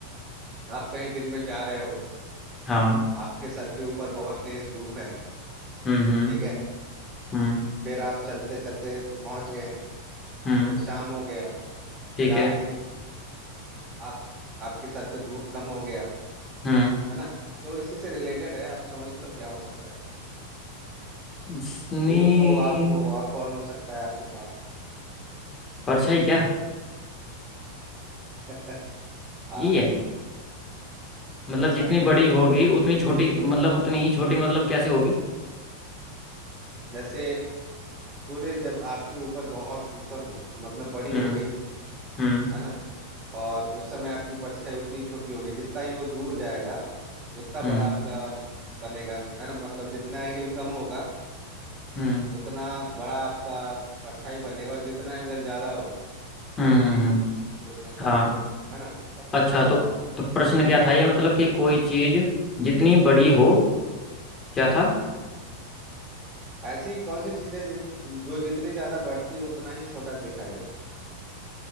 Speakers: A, on the right (about 20°); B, on the left (about 20°).
A: आप कहीं दिन में जा रहे हो
B: हाँ
A: आपके सर के ऊपर बहुत तेज धूप है
B: हम्म हम्म
A: ठीक है
B: हम्म
A: फिर आप चलते चलते पहुंच गए
B: हम्म
A: फिर शाम हो गया
B: ठीक
A: फिर आपके
B: है
A: आप आपके सर पे धूप कम हो गया
B: हम्म
A: है ना तो इसी से रिलेटेड है आप समझ लो क्या हो सकता है
B: जितनी
A: धूप हो आप हो और कौन हो सकता है आपके साथ
B: परछाई क्या
A: <laughs> हाँ
B: ये है मतलब
A: परछाई
B: जितनी बड़ी होगी उतनी छोटी मतलब उतनी ही छोटी मतलब कैसे होगी
A: जैसे सूर्य जब आपके ऊपर बहुत ऊपर हो मतलब बड़ी
B: हम्म
A: हो गई
B: हम्म
A: है ना और उस समय आपकी परछाई उतनी छोटी होगी जितना ही वो दूर जाएगा उतना
B: हम्म
A: बड़ा आपका बनेगा है ना मतलब जितना एंगल कम होगा
B: हम्म
A: उतना बड़ा आपका परछाई बनेगा और जितना एंगल ज्यादा होगा नाइन्टी
B: हम्म हम्म
A: डिग्री
B: हम्म,
A: तो उतना कम
B: हाँ
A: हो है ना बस
B: अच्छा
A: इस हिसाब
B: तो
A: से
B: तो प्रश्न क्या था ये मतलब कि कोई चीज जितनी बड़ी हो क्या था
A: ऐसी कौन सी चीजें जित, जो जितनी ज्यादा बढ़ती है उतना ही छोटा दिखाई देता